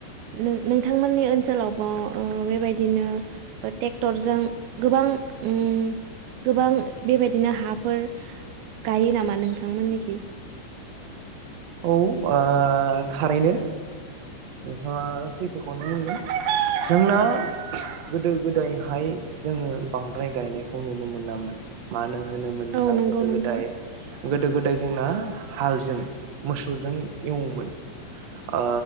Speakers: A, on the right; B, on the right.
A: नों-नोंथांमोननि ओनसोलावबा ओ बेबायदिनो ओ टेक्टरजों गोबां उम गोबां बेबायदिनो हाफोर गायो नामा नोंथांमोननिखि?
B: औ आ थारैनो। नोंथांआ सैथोखौनो होन। जोंना गोदो गोदायहाय जोङो बांद्राय गायनायखौ नुनो मोनामोन मानो होनोमोनब्ला
A: औ नंगौ
B: गोदो
A: नोंथां
B: गोदाय गोदो गोदाय जोंना हालजों मोसौजों एवोमोन ओ